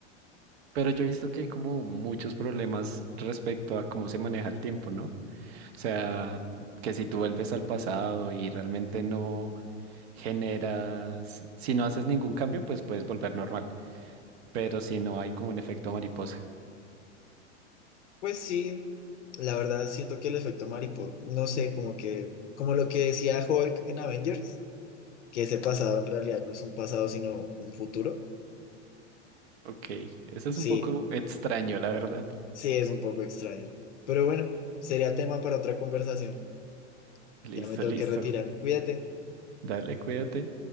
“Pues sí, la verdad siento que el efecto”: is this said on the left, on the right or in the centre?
Left